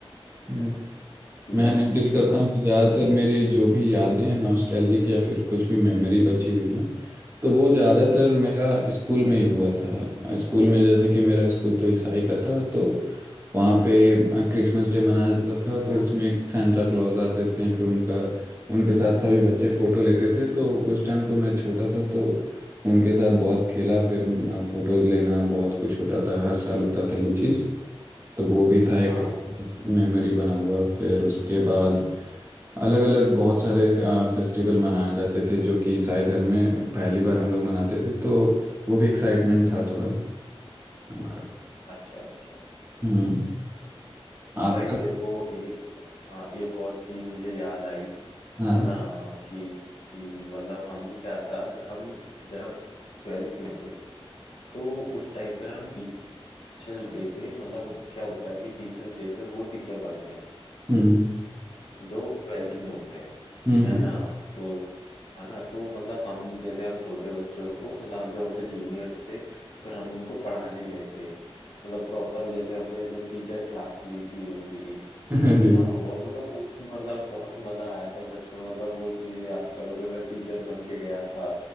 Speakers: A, on the right; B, on the left.
A: हम्म।
B: है कि बस
A: मैं नोटिस करता
B: हाँ
A: हूँ कि ज़्यादातर
B: हाँ
A: मेरी जो भी यादें हैं नॉस्टैल्जिक या फिर कुछ भी मेमोरी बची हुई है तो वो ज़्यादातर मेरा स्कूल में ही हुआ था स्कूल में जैसे कि मेरा स्कूल तो ईसाई का था तो वहाँ पे अ, क्रिसमस डे मनाया जाता था तो उसमें एक सांता क्लॉज आते थे फिर उनका उनके साथ सभी बच्चे फ़ोटो लेते थे तो उस टाइम तो मैं छोटा था तो उनके साथ बहुत खेला फिर फ़ोटोज़ लेना बहुत कुछ होता था हर साल होता था ये चीज़ तो वो भी था एक
B: हाँ
A: मेमोरी बना हुआ फिर उसके बाद अलग अलग बहुत सारे फेस्टिवल मनाए जाते थे जो कि ईसाई धर्म में पहली बार हम लोग मनाते थे तो वो भी एक्साइटमेंट था थोड़ा हमारा
B: अच्छा अच्छा
A: हम्म आपका
B: भाई मेरे को एक हाँ एक और चीज मुझे याद आई
A: हाँ
B: है ना कि, कि मतलब हम क्या था हम जब ट्वेल्थ में थे तो उस टाइम पे हम टीचर्स डे पे मतलब क्या होता है कि टीचर्स डे पे वो टीचर बनते हैं
A: हम्म
B: जो ट्वेल्थ में होते हैं
A: हम्म
B: है
A: हम्म,
B: ना तो है ना तो मतलब हम जैसे हम छोटे बच्चों को मतलब हम जो हमसे जूनियर्स थे फिर हम उनको पढ़ाने गए थे मतलब प्रॉपर जैसे हमने ऐसे टीचर क्लास ली थी उनकी
A: <laughs> अरे
B: है ना और मतलब वो भी मतलब बहुत मजा आया था सच में मतलब वो चीजें याद करो कि मैं टीचर बन के गया था